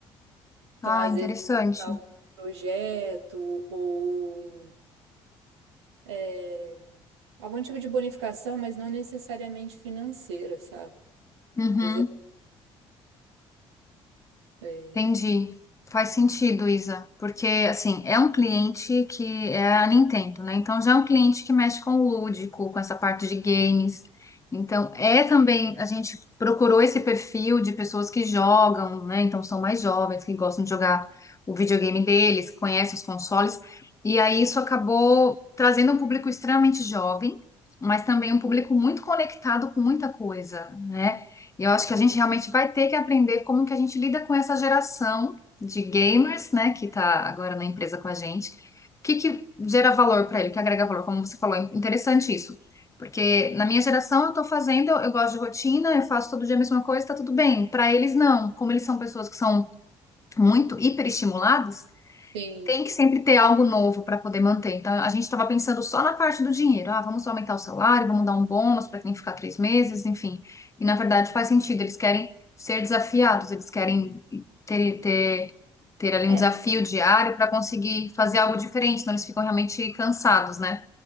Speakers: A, on the right (about 80°); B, on the left (about 20°).
A: Então,
B: Ah,
A: às
B: interessante.
A: vezes, algum projeto ou é, algum tipo de bonificação, mas não necessariamente financeira, sabe?
B: Uhum.
A: Às vezes, é,
B: Entendi. Faz sentido, Isa, porque assim, é um cliente que é a Nintendo, né? Então já é um cliente que mexe com o lúdico, com essa parte de games. Então é também, a gente procurou esse perfil de pessoas que jogam, né? Então são mais jovens, que gostam de jogar o videogame deles, que conhecem os consoles. E aí isso acabou trazendo um público extremamente jovem, mas também um público
A: é,
B: muito conectado com muita coisa, né? E eu acho que a gente realmente vai ter que aprender como que a gente lida com essa geração de gamers, né, que tá agora na empresa com a gente. O que que gera valor para ele, o que agrega valor, como você falou, é interessante isso. Porque na minha geração eu tô fazendo, eu, eu gosto de rotina, eu faço todo dia a mesma coisa, tá tudo bem. Para eles não, como eles são pessoas que são muito hiperestimuladas,
A: tem,
B: tem que sempre ter algo novo para poder manter. Então, a gente estava pensando só na parte do dinheiro. Ah, vamos aumentar o salário, vamos dar um bônus para quem ficar três meses, enfim. E na verdade faz sentido, eles querem ser desafiados, eles querem ter, ter, ter ali
A: é,
B: um desafio diário para conseguir fazer algo diferente, senão eles ficam realmente cansados, né?